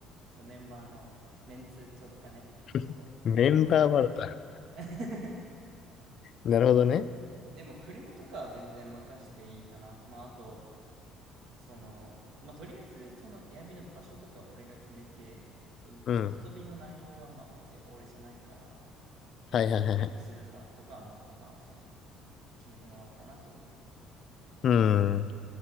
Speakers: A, on the right; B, on the left.
A: そう、メンバーのメンツとがね、
B: <laughs>
A: ちょっと、
B: メンバーバラだ。
A: あれだから。<laughs>
B: なるほどね。
A: でも、車とかは全然任していいかな。まあ、あと、その、まあ、とりあえず、その、エアビの場所とかは俺が決めて、その、
B: うん。
A: 遊びの内容はまあ別に俺じゃないから、
B: はいはいはいはい。
A: 夜何するからとかはもう他の人に決めてもらおうかなって思ってる。
B: うん。